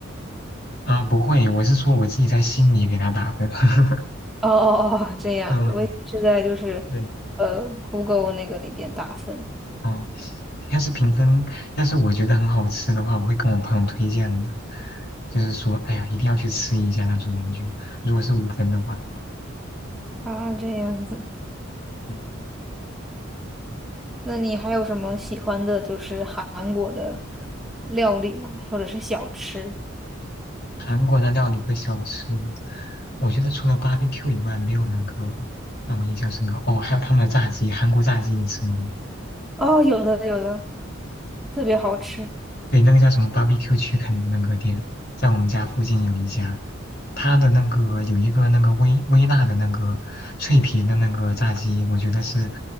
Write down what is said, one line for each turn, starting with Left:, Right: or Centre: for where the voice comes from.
Left: 啊，不会，我是说我自己在心里给他打分。<laughs>
Centre: <laughs> 哦哦哦，这样子，
Left: 嗯，
Centre: 我以为是在就是，
Left: 对。
Centre: 呃，Google 那个里边打分
Left: 哦，要是评分，要是我觉得很好吃的话，我会跟我朋友推荐的，就是说，哎呀，一定要去吃一下那种感觉。如果是五分的话，
Centre: 啊，这样子。
Left: 嗯，
Centre: 那你还有什么喜欢的，就是韩国的料理吗？或者是小吃？
Left: 韩国的料理和小吃，我觉得除了 barbecue 以外，没有那个让我印象深刻。哦，还有他们的炸鸡，韩国炸鸡你吃过没？
Centre: 哦，有的有的，特别好吃。
Left: 对，那个叫什么 BBQ a r e c u 区肯那个店，在我们家附近有一家，它的那个有一个那个微微辣的那个脆皮的那个炸鸡，我觉得是